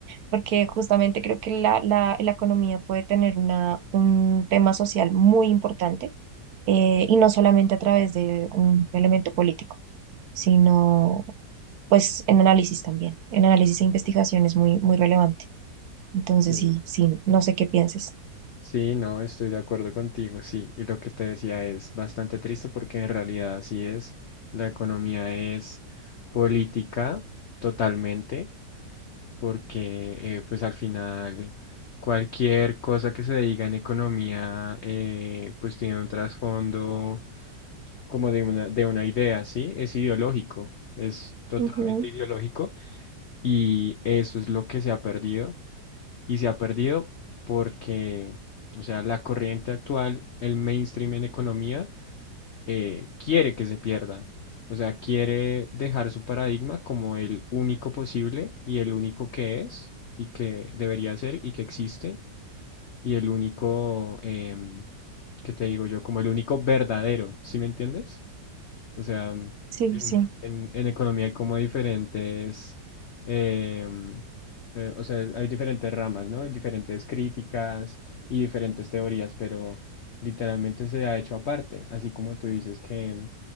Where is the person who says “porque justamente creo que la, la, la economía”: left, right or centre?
Right